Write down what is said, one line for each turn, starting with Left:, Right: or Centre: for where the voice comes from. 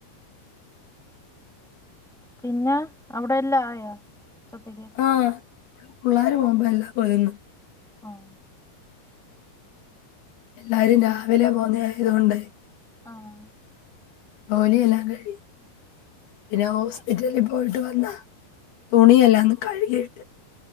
Centre: പിന്നെ അവിടെല്ല ആയാ ഉച്ചത്തെക്ക്
Left: ആ ഇവിടെ പുള്ളാര് പോമ്പല്ലാ ഒതുങ്ങും
Centre: ആഹ്
Left: എല്ലാരും രാവിലെ പോന്ന ആയത് കൊണ്ടെ
Centre: ആഹ്
Left: ജോലിയെല്ലാം കഴി പിന്നെ ഹോസ്പിറ്റലി പോയിട്ട് വന്ന തുണിയെല്ലന്ന് കഴുകിയിട്ട്